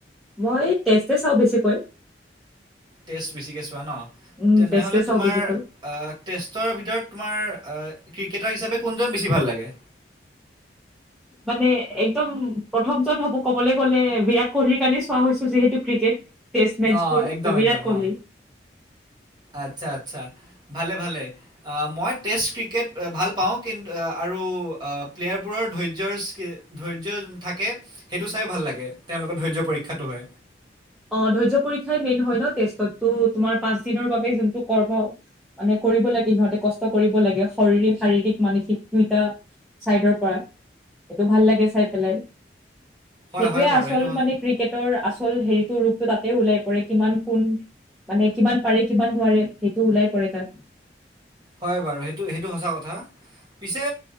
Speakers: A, in the centre; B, on the right.
A: মই টেষ্টে চাওঁ বেছিকৈ।
B: টেষ্ট বেছিকৈ চোৱা ন।
A: উম,
B: তেনেহ'লে
A: টেষ্টে চাওঁ
B: তোমাৰ
A: বেছিকৈ।
B: আ টেষ্টৰ ভিতৰত তোমাৰ আ ক্ৰিকেটাৰ হিচাপে কোনজন বেছি ভাল লাগে?
A: মানে একদম প্ৰথম জন হ'ব ক'বলৈ গ'লে বিৰাট কোহলিৰ কাৰণে চোৱা হৈছো যিহেতু ক্ৰিকেট। টেষ্ট মেটছবোৰ
B: অঁ
A: ত'
B: একদম
A: বিৰাট
B: একদম
A: কোহলি।
B: অঁ। আচ্ছা আচ্ছা ভালে ভালে। আ মই টেষ্ট ক্ৰিকেট ভাল পাওঁ কিন্তু আৰু আ প্লেয়াৰবোৰৰ ধৈৰ্য্য স্কি ধৈৰ্য্য থাকে সেইটো চাইয়ো ভাল লাগে তেওঁলোকৰ ধৈৰ্য্য পৰীক্ষাটো হয়।
A: অ', ধৈয্য পৰীক্ষাই মেইন হয় ন টেষ্টতো তোমাৰ পাঁচ দিনৰ বাবে যোনটো কৰ্ম মানে কৰিব লাগে সিহঁতে কষ্ট কৰিব লাগে শৰৰিক শাৰীৰিক মানসিক দুইটা চাইডৰ পৰা সেইটো ভাল লাগে চাই পেলাই।
B: হয়
A: সেইটোয়ে
B: হয় বাৰু
A: আচল
B: সেইটো
A: মানে
B: স-
A: ক্ৰিকেটৰ আচল হেৰিটোৰ ৰূপটো তাতে ওলাই পৰে। কিমান কোন মানে কিমান পাৰে কিমান নোৱাৰে সেইটো ওলাই পৰে তাত।
B: হয় বাৰু! সেইটো সেইটো সঁচা কথা। পিছে